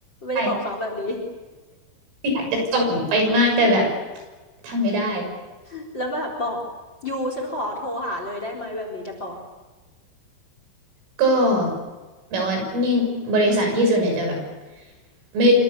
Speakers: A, on the left (about 25°); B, on the right (about 75°).
A: ไม่ได้บอกเขาแบบนี้
B: ใช่ <laughs> อยากจะส่งไปมากแต่แบบทำไม่ได้
A: <laughs> แล้วแบบบอกยูฉันขอโทรหาเลยได้ไหมแบบนี้ได้ปะวะ
B: ก็แบบว่านี่บริษัทนี่ส่วนใหญ่จะแบบไม่